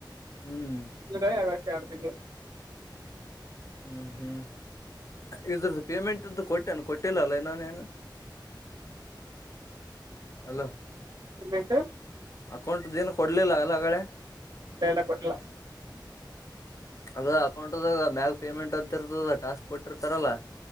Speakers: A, on the left; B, on the right.
A: ಹ್ಮ್
B: ರ ಆಗಷ್ಟ ಚಾರತನ
A: ಹ್ಮ್ ಹ್ಮ್ ಇದ್ರದ್ದು ಪೇಮೆಂಟ್ ಕೊಟ್ಟೇನ ಕೊಟ್ಟಿಲ್ಲ ಅಲ್ಲ ಇನ್ನಾನೇನು ಅಲ್ಲ
B: ನ್ ಬೇಕು
A: ಅಕೌಂಟು ದಿನ ಕೊಟ್ಟ ಡ್ಲಿ ಲಾಗಲ್ಲಗಡೆ
B: ಇಲ್ಲ ಎಲ್ಲ ಕೊಟ್ಟಿಲ್ಲ
A: ಅದ ಅಕೌಂಟ್ದಾಗ ಮ್ಯಾಗ ಪೇಮೆಂಟ್ ಅಂತಿರ್ತದ ಟಾಸ್ಕ್ ಕೊಟ್ಟಿರ್ತಾರಲ್ಲ